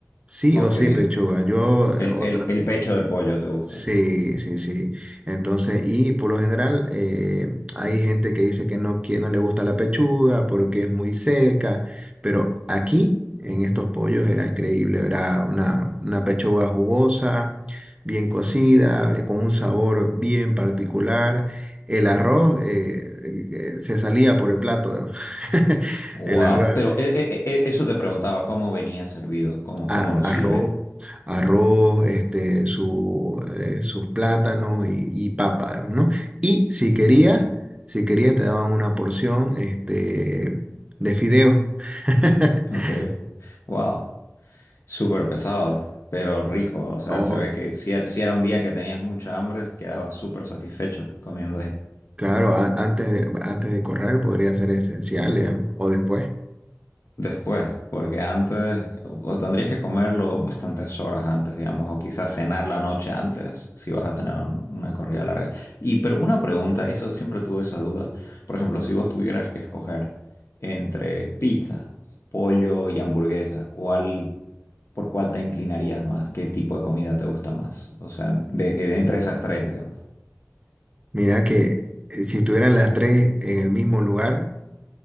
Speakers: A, on the right; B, on the left.
A: Sí
B: Ok.
A: o sí
B: El,
A: pechuga. Yo, eh, otra
B: el- el pecho del pollo te gusta.
A: Sí, sí, sí. Entonces, y por lo general eh, hay gente que dice que no, que no le gusta la pechuga porque es muy seca, pero aquí en estos pollos era increíble, era una, una pechuga jugosa, bien cocida, eh, con un sabor bien particular. El arroz eh, eh, se salía por el plato, ¿no? <laughs>
B: Wow.
A: El arroz
B: Pero e- e- e- eso te preguntaba, ¿cómo venía servido? ¿Cómo,
A: a-
B: cómo lo sirven?
A: arroz, arroz, este, su, eh, sus plátanos y, y papa, ¿no? Y si querías,
B: Ok.
A: si querías te daban una porción, este, de fideos. <laughs>
B: Ok. Wow. Súper pesado, pero rico. O sea,
A: No,
B: se ve que si era, si era un día que tenías mucha hambre, quedabas súper satisfecho comiendo ahí.
A: claro, a- antes de, antes de correr podría ser esencial, digamos, o después.
B: Después, porque antes, o tendrías que comerlo bastantes horas antes, digamos, o quizás cenar la noche antes, si vas a tener un- una corrida larga. Y pero una pregunta, eso siempre tuve esa duda. Por ejemplo, si vos tuvieras que escoger entre pizza, pollo y hamburguesa, ¿cuál, por cuál te inclinarías más? ¿Qué tipo de comida te gusta más? O sea, de, de- entre esas tres, digamos.
A: Mira que eh, si estuvieran las tres en el mismo lugar,